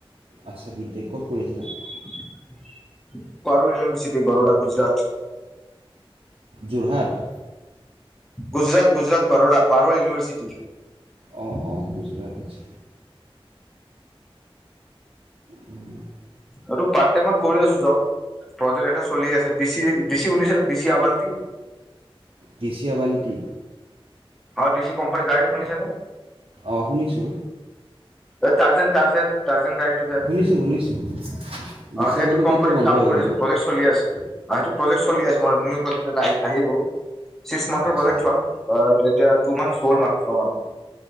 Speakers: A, on the right (about 75°); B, in the centre.
A: আচ্ছা বি টেক ক'ত কৰিছিলা?
B: প ইউনিভাৰ্চিট বৰোদা গুজৰাট
A: যোৰহাট
B: গুজৰাত, গুজৰাত, বৰৰা পাৰোল ইউননিভৰ্চিটি
A: অ', অ, গুজৰাট। উম,
B: এইটো পাৰ্ট টাইমত কৰি আছো। জব প্ৰজেক্ট এটা চলি আছে। <unintelligible> উশ দি আৱান্তি
A: দৃশীয় বান্তি
B: আৰু <unintelligible> কোম্পানীৰ গাড়ীটো শুনিছে নে
A: অ', শুনিছো।
B: অ', তাৰ্জন তাৰজন তাৰ্জন <unintelligible>
A: শুনিছোঁ শুনিছোঁ
B: অ',
A: দেশীয়াবান্তিটো
B: সেইটো কোম্পানীত
A: এতিয়া বন্ধ
B: কাম
A: হৈ
B: কৰি
A: গ'ল
B: আছে। প্ৰজেক্ট চলি আছে। অ', সেইটো প্ৰজেক্ট চলি আছো, ম নি প্ৰজেকট আহ আহিব ছিক্স মান্থৰ
A: আচ্ছা
B: প্ৰজেক্ট হয়। <inaudible>